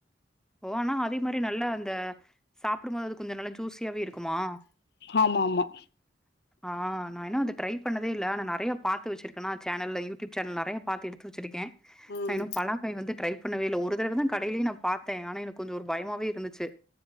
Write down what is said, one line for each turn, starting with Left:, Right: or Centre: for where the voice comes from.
Centre: ஓ அனா அதே மாரி நல்லா அந்த சாப்புடும் போது அது கொஞ்சோ நல்ல தூசியாவே இருக்குமா
Left: ஆமா <inaudible>
Centre: ஆ நா இன்னு அத ட்ரை பண்ணதே இல்ல அனா நறையா பாத்து வெச்சிருக்கன்னா சேனல்ல யூ டியூப் சேனல் நறைய பாத்து எடுத்து வெச்சிருக்கே
Left: ம்
Centre: நா இன்னு பலாக்காய் வந்து ட்ரை பண்ணவே இல்ல ஒரு தடவ தா கடையிலயு நா பாத்த அனா எனக்கு கொஞ்சோ ஒரு பயமாவே இருந்துச்சு